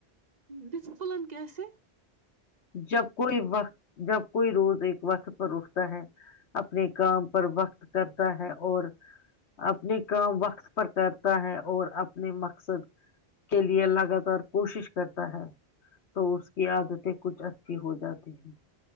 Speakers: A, on the right; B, on the left.
A: د پلن کی سے
B: جب کوئی وقت جب کوئی روز ایک وقت پر اٹھتا ہے اپنے کام پر وقت کرتا ہے اور اپنے کام وقت پر کرتا ہے اور اپنے مقصد کے لیے لگاتار کوشش کرتا ہے تو اس کی عادتیں کچھ اچھے ہو جاتے ہیں